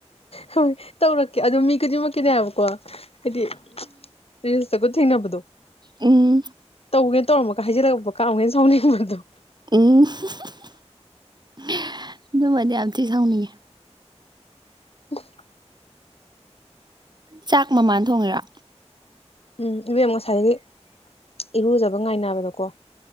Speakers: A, on the left; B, on the right.
A: ꯍꯣꯏ ꯇꯧꯔꯛꯀꯦ ꯑꯗꯣ ꯃꯤ ꯈꯨꯗꯤꯡꯃꯛꯀꯤꯅꯦꯕꯀꯣ ꯍꯥꯏꯗꯤ <unintelligible> ꯇꯒ ꯊꯦꯡꯅꯕꯗꯨ
B: ꯎꯝ
A: ꯇꯧꯒꯦ ꯇꯧꯔꯝꯃꯒ ꯍꯥꯏꯖꯤꯜꯂꯛꯄ ꯀꯥꯝꯒꯅ ꯁꯥꯎꯅꯤꯡꯕꯗꯣ
B: ꯎꯝ <unintelligible> ꯑꯗꯨ ꯃꯅꯤ ꯌꯥꯝ ꯊꯤꯅꯥ ꯁꯥꯎꯅꯤ
A: <inaudible>
B: ꯆꯥꯛ ꯃꯃꯥꯟ ꯊꯣꯡꯉꯦꯔꯥ
A: ꯎꯝ ꯏꯕꯦꯝ ꯉꯁꯥꯏꯗꯒꯤ ꯏꯔꯨꯖꯕ ꯉꯥꯏꯅꯕꯗꯀꯣ